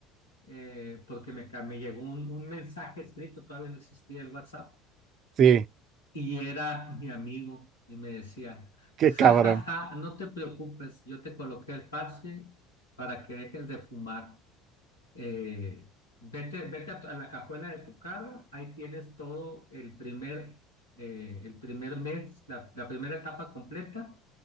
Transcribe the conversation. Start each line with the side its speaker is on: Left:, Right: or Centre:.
Left: eh, porque me, ca- me llegó un, un mensaje escrito, todavía no existía el WhatsApp,
Right: sí,
Left: y era mi amigo y me decía,
Right: qué
Left: ja,
Right: cabrón.
Left: ja, ja, no te preocupes, yo te coloqué el parche para que dejes de fumar. Eh, vete, vete a, tu- a la cajuela de tu carro, ahí tienes todo el primer, eh, el primer mes, la, la primera etapa completa.